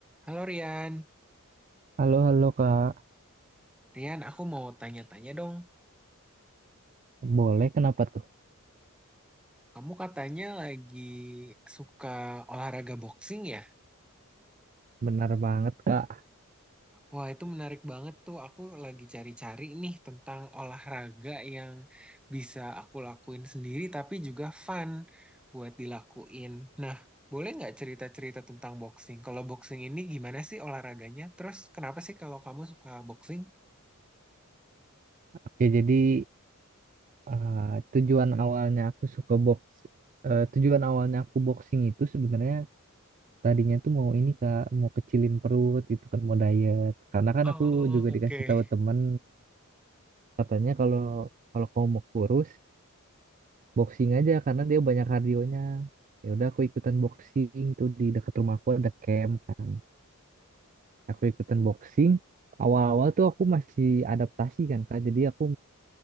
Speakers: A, in the centre; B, on the right (about 35°).
A: Halo Rian,
B: Halo, halo Kak.
A: Rian aku mau tanya-tanya dong.
B: Boleh, kenapa tuh?
A: Kamu katanya lagi suka olahraga boxing ya?
B: Benar banget, Kak.
A: Wah itu menarik banget tuh. Aku lagi cari-cari nih tentang olahraga yang bisa aku lakuin sendiri tapi juga fun buat dilakuin. Nah, boleh nggak cerita-cerita tentang boxing? Kalau boxing ini gimana sih olahraganya? Terus kenapa sih kalau kamu suka boxing?
B: Oke, jadi eh, tujuan awalnya aku suka box, eh, tujuan awalnya aku boxing itu sebenarnya tadinya tuh mau ini Kak, mau kecilin perut gitu kan, mau diet. Karena kan
A: Oh,
B: aku juga
A: oke.
B: dikasih tahu temen, katanya kalau kalau kamu mau kurus, boxing aja karena dia banyak kardionya. Ya udah aku ikutan boxing tuh di dekat rumahku ada camp kan. aku ikutan boxing awal-awal tuh aku masih adaptasi kan kak jadi aku